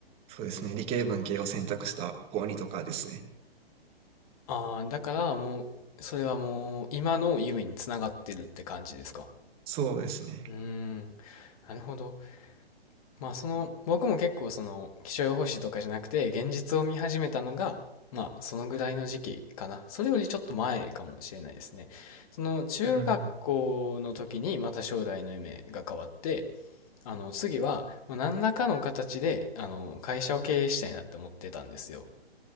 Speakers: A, on the right; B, on the left.
A: そうですね、理系文系を選択した高にとかですね。
B: ああ、だからもう、それはもう、今の夢につながってるって感じですか
A: そうですね。
B: うーん、なるほど。まあ、その、僕も結構その、気象予報士とかじゃなくて、現実を見始めたのが、まあ、そのぐらいの時期かな。それよりちょっと前かもしれないですね。その、中学校の時に、
A: うん。
B: また将来の夢が変わって、あの、次は、もう何らかの形で、あの、会社を経営したいなって思ってたんですよ。